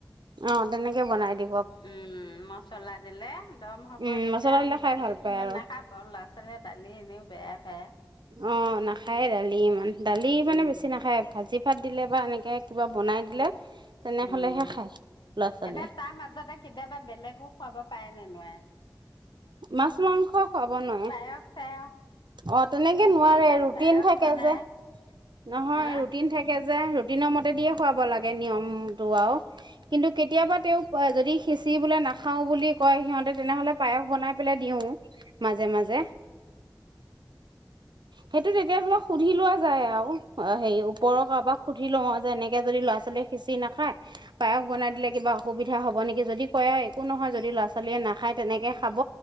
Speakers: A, on the right (about 75°); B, on the left (about 75°).
A: অ তেনেকে বনাই দিম।
B: উম মচলা দিলে দম হ'ব
A: উম
B: তেতিয়া
A: মছলা দিলে খাই
B: দালিটো
A: ভাল পায়
B: ইমান
A: আৰু
B: নাখাব ল'ৰা ছোৱালীয়ে দালি এনেও বেয়া। হা
A: অ নাখায়ে দালি ইমান। দালি মানে
B: উম
A: বেছি নাখায় ভাজি ভাত দিলে বা এনেকে। কিবা বনাই দিলে। তেনেহলেহে
B: উম
A: খায় ল'ৰা ছোৱালীয়ে
B: এনে তা মাজতে কেতিয়াবা বেলেগো খুৱাব পায় নে নোৱায়
A: মাছ মাংস খুৱাব নোৱাৰে
B: পায়স চায়স
A: অ তেনেকে
B: খিচিৰি
A: নোৱাৰে
B: ঠাইত
A: ৰুটিন
B: পায়স
A: থাকে
B: বনাই
A: যে নহয়
B: হা
A: ৰুটিন থাকে যে ৰুটিনৰ মতে দিয়ে খুৱাব লাগে নিয়মটো আৱ কিন্তু কেতিয়াবা
B: অ
A: তেওঁ যদি খিচিৰি বোলে নাখাওঁ বুলি কয় সিহঁতে তেনেহ'লে পায়স বনাই পেলাই দিওঁ মাজে মাজে সেইটো তেতিয়া ধৰি লক সুধি লোৱা যায় আৱ অ হেৰি ওপৰ কাৰোবাক সুধি লওঁ যে এনেকে যদি ল'ৰা ছোৱালীয়ে খিচিৰি নাখায় পায়স বনাই দিলে কিবা অসুবিধা হ'ব নেকি যদি কয় আৱ একো নহয় যদি ল'ৰা ছোৱালীয়ে নেখায় তেনেকে খাব